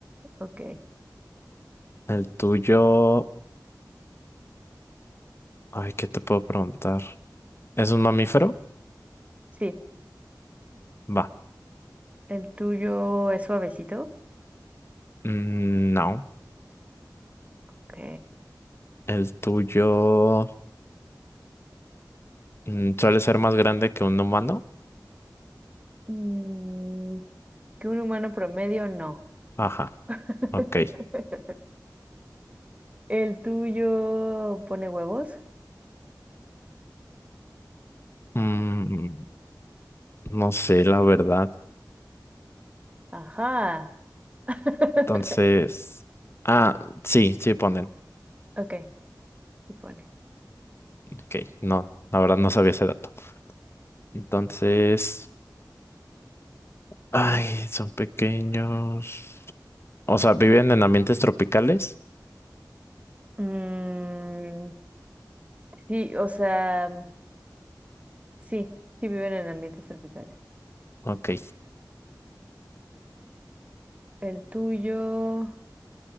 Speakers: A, on the right; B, on the left.
A: Ok,
B: El tuyo, ay, ¿qué te puedo preguntar? ¿Es un mamífero?
A: sí.
B: Va,
A: ¿El tuyo es suavecito?
B: Mm, no.
A: Ok.
B: El tuyo mm, suele ser más grande que un humano.
A: Mm, ¿que un humano promedio? No.
B: Ajá,
A: <laughs>
B: ok.
A: ¿El tuyo pone huevos?
B: Mm, no sé, la verdad.
A: Ajá. <laughs>
B: Entonces, ah, sí, sí ponen.
A: Ok, sí pone.
B: Ok, no, la verdad no sabía ese dato. Entonces, ay, son pequeños. O sea, ¿viven en ambientes tropicales?
A: Mm, sí, o sea... Sí, sí viven en ambientes tropicales.
B: Ok,
A: ¿El tuyo